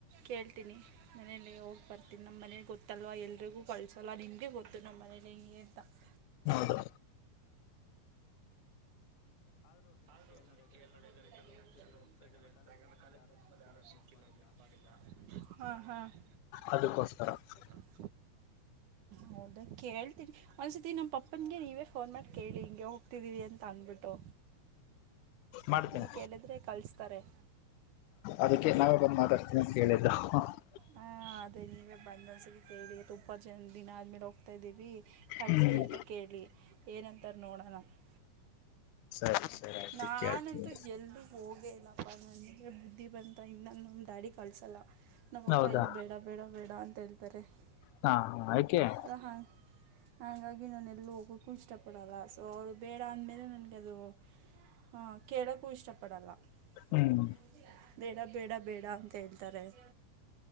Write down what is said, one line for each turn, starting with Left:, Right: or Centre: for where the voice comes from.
Right: ಕೇಳ್ತೀನಿ. <inaudible> <unintelligible> ಮನೇಲಿ ಹೋಗಿ ಬರ್ತೀನಿ ನಮ್ಮ ಮನೇಲಿ ಗೊತ್ತಲ್ವ ಎಲ್ರಿಗೂ ಕಳ್ಸೋಲ್ಲ ನಿಮಗೆ ಗೊತ್ತು ನಮ್ಮ ಮನೇಲಿ ಹೆಂಗೆ ಅಂತ. <inaudible> <unintelligible>
Left: ಹೌದು
Right: ಆದ್ರೂ ಒಂದ್ ಸತಿ ಕೇಳಿ ನೋಡಿ ನಮ್ಮ ಫ್ರೆಂಡ್ಸ್ ಎಲ್ಲ ಹೋಗ್ತಿದ್ದಾರೆ ಅಂತ ಮತ್ತ ಕಾಲೇಜ್ ಮುಗಿದಮೇಲೆ ಯಾರು ಸಿಕ್ಕಿಲ್ಲ ಮೀಟ್ ಮಾಡಿ. <inaudible> <unintelligible> ಹಾ ಹಾ. <inaudible>
Left: ಅದಕ್ಕೋಸ್ಕರ. <inaudible>
Right: <inaudible> ಹೌದಾ ಕೇಳ್ತೀನಿ ಒಂದ್ಸರ್ತಿ ನಮ್ಮ ಪಪ್ಪನಿಗೆ ನೀವೇ ಫೋನ್ ಮಾಡಿ ಕೇಳಿ ಹಿಂಗೆ ಹೋಗ್ತಿದ್ದೀವಿ ಅಂತ. <unintelligible> ಬಿಟ್ಟು
Left: ಮಾಡ್ತೀನಿ
Right: ನೀವು ಕೇಳಿದ್ರೆ ಕಳಿಸ್ತಾರೆ. <unintelligible>
Left: ಅದಕ್ಕೆ ನಾವೇ ಬಂದು ಮಾತಾಡಸತ್ತಿನಿ ಅಂತ ಹೇಳಿದ್ದು. <unintelligible>
Right: ಹಾ ಅದೇ ನೀವೇ ಬಂದಂದಸಗೇಳಿ ತುಪ್ಪ ಜನ್ಮ ದಿನ ಆದ್ಮೇಲೆ ಹೋಗ್ತಾ ಇದೀವಿ. <unintelligible> ಕಳಿಸಿ
Left: ಹ್ಮ್
Right: ಅಂತ ಕೇಳಿ ಏನಂತಾರೆ ನೋಡೋಣ. <unintelligible>
Left: ಸರಿ ಸರಿ ಆಯ್ತು
Right: ನಾನಂತೂ
Left: ಕೇಳ್ತೀನಿ
Right: ಗೆಲ್ಲು <unintelligible> ಹೋಗೇ ಇಲ್ಲಪ್ಪ ನನಗೆ ಬುದ್ಧಿ ಬಂತ ಇನ್ನ ನಮ್ಮ ಡ್ಯಾಡಿ ಕಳಸಲ್ಲ ನಮ್ಮಪ್ಪ
Left: ಹೌದಾ
Right: ಎಲ್ಲೂ ಬೇಡ <unintelligible> ಬೇಡ ಬೇಡ ಅಂತ ಹೇಳ್ತಾರೆ. <unintelligible>
Left: ನಾ ಆಯ್ಕೆ. <unintelligible>
Right: ಸೋ ಹಾ ಹಂಗಾಗಿ ನಾನ್ ಎಲ್ಲೂ ಹೋಗಕ್ಕು ಇಷ್ಟಪಡಲ್ಲ ಸೋ <unintelligible> ಇಲ್ಲಾ ಅಂದ ಮೇಲೆ ನನಗೆ ಅದು ಅ ಕೇಳೋಕ್ಕೂ ಇಷ್ಟಪಡಲ್ಲ. <unintelligible>
Left: ಹ್ಮ್
Right: ಬೇಡ ಬೇಡ ಬೇಡ ಅಂತ ಹೇಳ್ತಾರೆ. <inaudible>